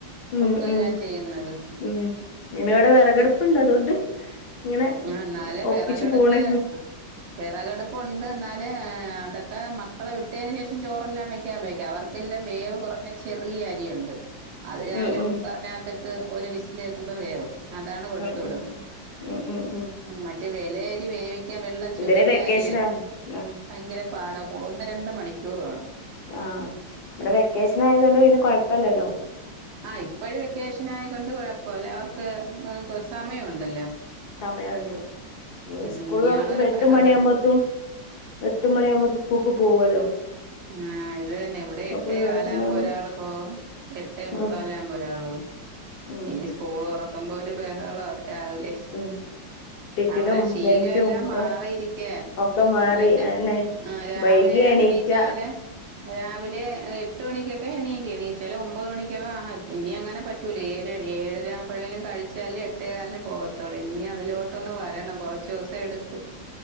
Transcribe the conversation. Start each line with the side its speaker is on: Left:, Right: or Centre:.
Left: ഉം
Right: കുക്ക്
Left: ഉം
Right: എല്ലാം ചെയ്യുന്നത്
Left: ഉ പിന്നെ ഇവിടെ വെറകടുപ്പുണ്ട് അതുകൊണ്ട് ഇങ്ങനെ
Right: ആ എന്നാലും
Left: ഒപ്പിച്ചു
Right: വെറകടുപ്പ്
Left: പോണ് ആഹ്
Right: വെറകടുപ്പ് ഉണ്ട് എന്നാല് അതൊക്കെ മക്കളെ വിട്ടതിന് ശേഷം ചോറെല്ലാം വെക്കാൻ ഉപയോഗിക്കാം അവർക്ക് എല്ലാം വേവ് കുറഞ്ഞ ചെ ചെറിയ അരിയുണ്ട് അത് രാവിലെ
Left: ഉം ഉം
Right: കുക്കറിനകത്ത്ട്ട് ത് ഒരു വിസ്ൽ കേക്കുമ്പോ വേവും അതാണ് കൊടുത്തു
Left: ആ
Right: വിടുന്നത്
Left: ആ ഉ ഉം ഉം
Right: മറ്റേ വിലയരി വേവ വെള്ള ചോ
Left: ഇതൊരു
Right: വെള്ള
Left: വെക്കേഷനാ
Right: അരിയ
Left: ആഹ്
Right: ഭയങ്കര പാട ഒന്ന് രണ്ട് മണി ചോറ് വേണം.
Left: ആ. ഇവിടെ വെക്കേഷൻ ആയതൊണ്ട് പിന്നെ കൊഴ്പ്പല്ലല്ലോ.
Right: ആ. ഇപ്പോഴും വെക്കേഷനായി കൊണ്ട് കുഴപ്പല്ല അവർക്ക് സമയം ഉണ്ടല്ലോ.
Left: സമയമുണ്ട്. സ്കൂൾ
Right: ഇനിയാണൊരു
Left: തുറക്കുമ്പോ എട്ട്
Right: ബഹളം
Left: മണിയ ആകുമ്പോത്ത് എട്ട് മണിയ ആകുമ്പോത്തിന് സ്കൂൾക്ക് പോവല്ലോ.
Right: ആ. ഇത് തന്നെ. ഇവിടെ എട്ടേ
Left: അപ്പൊ
Right: കാലാവകുമ്പോ
Left: ആ സമയാവുമ്പോ
Right: ഒരാള് പോകും എട്ടേ മുക്കാലാകുമ്പോ
Left: ഉം
Right: ഒരാള് പോകും.
Left: ഉം
Right: ഇനി സ്കൂൾ തൊറ ന്തോ.. ഒരു ബഹള രാവിലെ.
Left: ഉം ടിഫിനും
Right: അവരെ ശീലം
Left: ലഞ്ചും
Right: എല്ലാം
Left: ഒക്കെ
Right: മാറിയിരിക്ക
Left: ഒക്കെ മാറി
Right: എന്ന് വെച്ചാ
Left: അന്നെ
Right: ആ രാവിലെ
Left: വൈകി എണീക്ക
Right: എണീച്ചാല് രാവിലെ എട്ട് മണിക്കൊക്കെ എണീക്ക എണീ ചിലർ ഒമ്പത് മണിക്കൊക്കെ ആഹാ ഇനി അങ്ങനെ പറ്റൂലേ. ഏഴര ആവുമ്പഴേലും കഴിച്ചാല് എട്ടേ കാലിന് പോവത്തൊള്ളൂ. ഇനി അതിലോട്ടൊന്ന് വരണം. കൊറ.. ചോസ എടുക്കും.